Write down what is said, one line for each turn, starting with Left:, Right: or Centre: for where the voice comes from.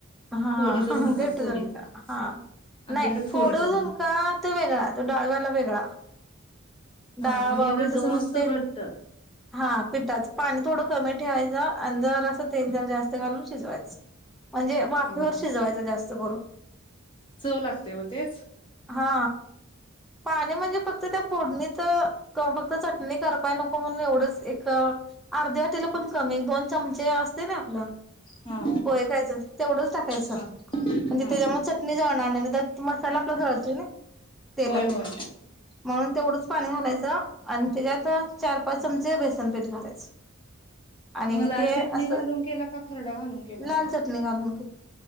Centre: हा
Left: फोडीचा
Centre: ह
Left: झुणका
Centre: घटतंत
Left: फोडीचा
Centre: हा
Left: आमच्याकडे
Centre: नाही
Left: फोडीचा
Centre: फोडून
Left: झुणका
Centre: का तो वेगळा तो डाळव्याला वेगळा डाळवा
Left: हा मग हेजा
Centre: भिजवून
Left: कसं नुसतं
Centre: ते
Left: घट्ट
Centre: हा पिठाचं पाणी थोडं कमी ठेवाय आण जरासं तेल जर जास्त घालून शिजवायच म्हणजे वाफेवर
Left: हम्म
Centre: शिजवायच जास्त जबर
Left: चव लागते हो तेच.
Centre: हा पाणी म्हणजे फक्त त्या फोडणीच फक्त चट नाही कर पाय नको म्हणून एवढंच एक एक अर्धे वाटीला पण कमी दोन चमचे असते ना आपलं
Left: हा
Centre: होय कायच टाकायचं
Left: हा
Centre: म्हणजे
Left: हा
Centre: त्याच्या चट जळणार नाही मसाला आपला जळतोय नाई तेलातलं
Left: होय होय
Centre: म्हणून तेवढंच पाणी घालायचं आणि त्याच्यात चार पाच चमचे बेसन पीठ घालायचं. आणि
Left: मग लाल
Centre: ते
Left: चटणी
Centre: असं
Left: घालून केला का खरडा घालून केलासा
Centre: लाल चटणी घालून